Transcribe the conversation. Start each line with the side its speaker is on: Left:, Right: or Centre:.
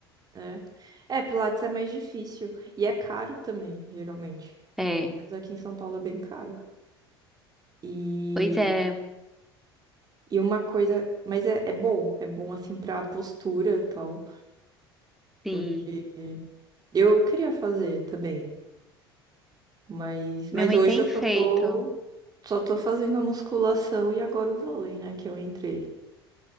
Right: né? É, Pilates é mais difícil e é caro também, geralmente.
Centre: É,
Right: Mas aqui em São Paulo é bem caro. E,
Centre: pois é,
Right: e uma coisa, mas é, é bom, é bom assim pra postura e tal,
Centre: sim.
Right: porque eu queria fazer também, mas,
Centre: Minha
Right: mas
Centre: mãe
Right: hoje
Centre: tem
Right: eu
Centre: feito,
Right: só tô, só tô fazendo a musculação e agora o vôlei, né, que eu entrei.